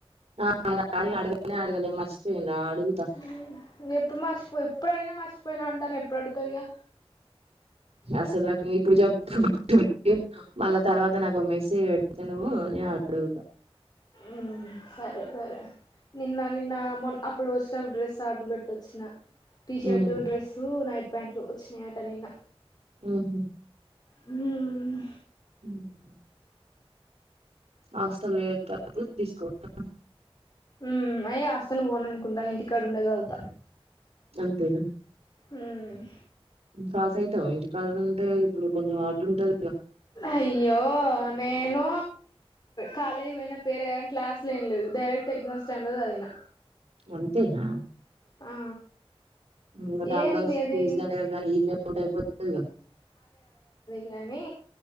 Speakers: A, on the right; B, on the left.
A: ఆ సార్ నీ అడగానే అడగలే మర్చిపోయిన్రా అడుగుతా
B: ఉమ్ ఎపుడుమర్చిపో ఎప్పుడడిగినా మర్చిపోయినా అంటాన్నవ్, ఎప్పుడు అడుగుతవ్ ఇగా
A: అసలు నాకు ఇప్పుడు జెప్ <unintelligible> మళ్ళా తర్వాత నాకు ఓ మేసేజ్ పెడ్తే నువ్వు నే అడ్గుతా.
B: ఉమ్ సరే సరే నిన్న నిన్న, మొన్ అప్పుడు ఒచ్చేటప్పుడు డ్రెస్ ఆర్డర్ పెట్టొచ్చిన్నా. టీషట్టూ,
A: ఉమ్
B: డ్రెస్సు, నైట్ ప్యాంట్లు ఒచ్చినయట నిన్న.
A: ఉహుమ్
B: హుమ్మ్
A: ఉమ్మ్ హాస్టల్లో ఎట్టా అపుడు తీస్కో <inaudible>
B: ఉమ్ <unintelligible> హాస్టల్ పోననుకుంటాన్న, ఇంటికాడఉండే చదువు
A: గంతేనా
B: హుమ్మ్
A: ఫాసైతవా ఇంటి కాడుంటే, ఇప్పుడు కొంచం హార్డ్ ఉంటదిగా.
B: అయ్యో నేను కాలేజ్పోయిన పేరే గానీ, క్లాస్లేం లేదు డైరెక్ట్ ఎగ్జామ్స్ టైంలో సద్విన.
A: వంతేనా
B: ఆ
A: ఇంగ దాని
B: ఏంది
A: బదలు
B: ఏడి
A: ఫీజ్ దండగ గానీ, ఈన్నే ఉంటే అయిపోతదిగా.
B: గాని